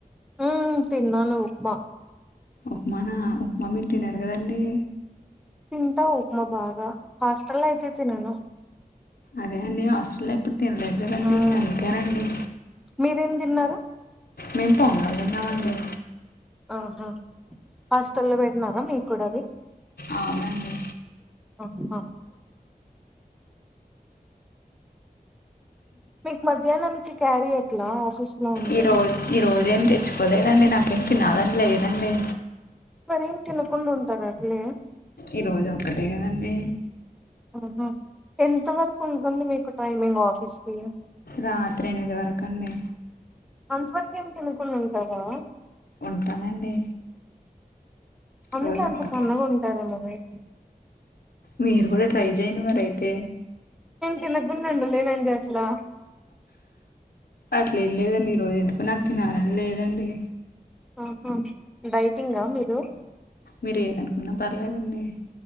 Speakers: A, in the centre; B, on the left.
A: ఉ తిన్నాను ఉప్మా
B: ఉప్మానా ఉప్మా మీరు తినరు కదండి
A: తింటా ఉప్మా బాగా హాస్టెల్ అయితే తినను
B: అదే అండి హాస్టల్లో ఎప్పుడు తినలేదు కదండి
A: ఉమ్
B: అందుకేనండి
A: మీరేం తిన్నారు
B: మేము పొంగల్ తిన్నామండి
A: ఆహా హాస్టల్ లో పెట్నారా మీకు కూడా అది
B: అవునండి
A: అం హా మీకు మధ్యాహ్నం చికె క్యారియట్లా ఆఫీస్ లో ఉంటే
B: ఈరోజు ఈరోజు ఏం తెచ్చుకోలేదండి నాకు తినాలని లేదండి
A: మరేం తినకుండా ఉంటారు అట్లే
B: ఈరోజు ఒక్కటే కదండి
A: ఆహ ఎంత వరకు ఉంటుంది మీకు టైమింగ్ ఆఫీస్ కి
B: రాత్రి ఎనిమిది వరకు అండి
A: అంత వరకు ఏమి తినుకుండా ఉంటారా
B: ఉంటానండి
A: అందుకే
B: రోజు
A: అంత
B: ఒక్కటే
A: సన్నగా ఉంటారేమో మీరు
B: మీరు కూడా ట్రై చేయండి మరి అయితే
A: నేను తినకు కుండ ఉండలేనండి అట్లా
B: అట్లే ఏం లేదండి ఈరోజు ఎందుకు నాకు తినాలని లేదండి
A: ఆహా డైటింగా మీరు
B: మీరు ఏదనుకున్నా పర్లేదండి